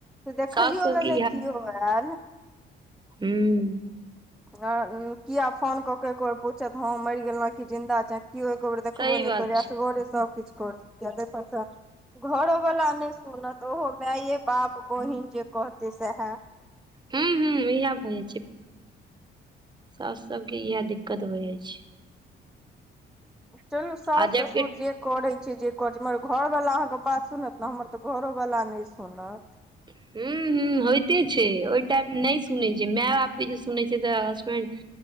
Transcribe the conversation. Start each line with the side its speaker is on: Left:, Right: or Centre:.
Centre: तऽ देखैयो
Right: साउस सबके
Centre: ले नय किओ एल
Right: हुँ
Centre: किया फोन क के एकोर पूछत हँ मरि गेल की जिन्दा छै केओ एको बेर देखबो
Right: सही
Centre: नय
Right: बात
Centre: करै
Right: छै
Centre: असगरे सभकिछु करि आ तै पर सँ घरो वला नय सुनत ओहो मए बाप बहिन जे कहतै सैहे।
Right: हुँ हूँ इहे भऽ जाइ छै। साउस सभ सबके इएह दिक्कत होइ जाइ छै।
Centre: चलू सास
Right: आ जबकि
Centre: ससुर जे करैत छै जे करैत छी मगर घरवला अहाँके बात सुनत ने हमर तऽ घरोवला नय सुनत।
Right: हुँ हुँ होइते छै ओहि टाइममे नय सुनै छै माय बापके जे सुनैत छै तऽ हसबैंड